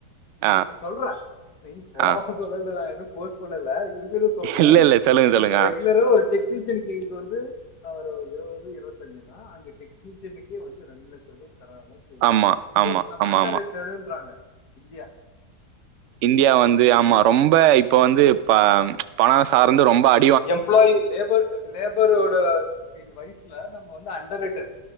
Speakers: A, on the right (about 70°); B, on the left (about 80°).
A: ஆ
B: இருங்க சொல்றே இப்போ
A: ஆ
B: சொல்லல நா எது ஃபோர்ஸ் பண்ணல இருக்கத சொல்றே
A: இல்ல இல்ல சொல்லுங்க
B: பட்
A: சொல்லுங்க ஆ
B: ரெகுலரா ஒரு டிக் டெக்னீசியனக்கு இங்க வந்து ஆ ஒரு இருவது இருவத்தஞ்சுனா ஆ அங்க டெக்னீஷியனுக்கே வந்து ரெண்டு லட்ச ரூபாய் தராங்க டி எம்
A: ஆமா
B: கே பிகாஸ்
A: ஆமா
B: நம்ம
A: ஆமா
B: அண்டர்
A: ஆமா
B: ரிட்டருன்றாங்க இந்தியா
A: இந்தியா வந்து ஆமா ரொம்ப இப்போ வந்து இ பணம் சார்ந்து ரொம்ப அ
B: எம்ப்ளாயி லேபர் லேபரோட இது வயசுல நம்ம வந்து அண்டர்ட்டர்